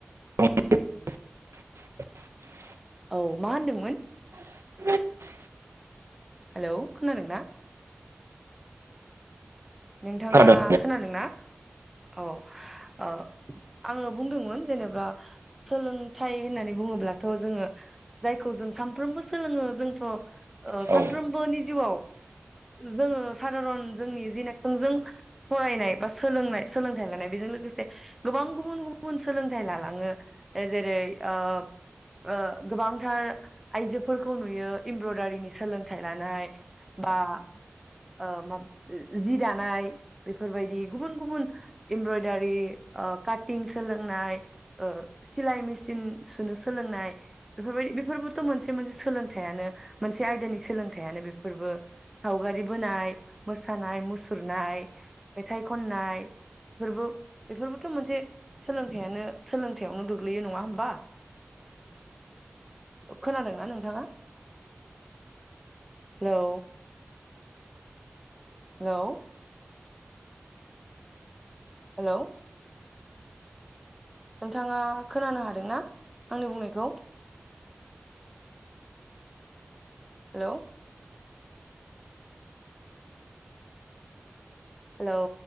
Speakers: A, on the right; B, in the centre.
A: <unintelligible>
B: औ मा होनदोंमोन?
A: <unintelligible>
B: हेलौ खोनादोंना? नोंथाङा
A: खोनादों
B: खोनादोंना? औ ओ आङो बुंदोंमोन जेनेबा सोलोंथाइ होननानै बुङोब्लाथ' जोङो जायखौ जों सानफ्रोमबो सोलोङो जोंथ' ओ
A: औ
B: सानफ्रोमबोनि जिउआव जोङो सधारन जोंनि जिनाखि थोजों फरायनाय बा सोलोंनाय सोलोंथाइ लानाय बेजों लोगोसे गोबां गुबुन गुबुन सोलोंथाइ लालाङो। जेरै ओ ओ गोबांथार आइजोफोरखौ नुयो इमब्रदारिनि सोलोंथाइ लानाय बा ओ माब जि दा नाय बेफोरबायदि गुबन गुबन एमब्रदारि ओ खाथिं सोलोंनाय ओ सिलाय मेसिन सुनो सोलोंनाय बेरबायदि बेफोरबोथ' मोनसे मोनसे सोलोंथायानो मोनसे आयदानि सोलोंथायानो बेफोरबो सावगारि बोनाय मोसानाय मुसु सुरनाय मेथाइ खननायफोरबो बेफोरबोथ' मोनसे सोलोंथयानो सोलोंथायाइयावनो गोग्लैयो नङा होमबा? खोनादोंना नोंथाङा? हेलौ। हेलौ। हेलौ। नोंथाङा खोनानो हादोंना आंनि बुंनायखौ? हेलौ। हेलौ।